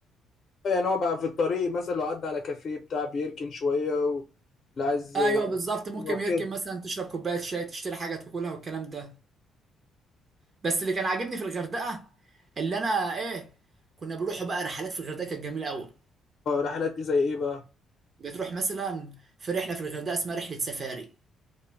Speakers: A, on the left (about 45°); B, on the right (about 40°).
A: يعني هو بقى في الطريق مثلا لو عدى على كافيه بتاع بيركن شوية و- اللي عايز
B: ايوه بالظبط ممكن
A: يبقى
B: يركب
A: كده
B: مثلا تشرب كوبايه شاي تشتري حاجه تاكلها والكلام ده بس اللي كان عاجبني في الغردقه اللي انا ايه كنا بنروحوا بقى رحلات في الغردقه كانت جميله قوي
A: آه، الرحلات دي زي ايه بقى
B: بتروح مثلا في رحله في الغردقه اسمها رحله سفاري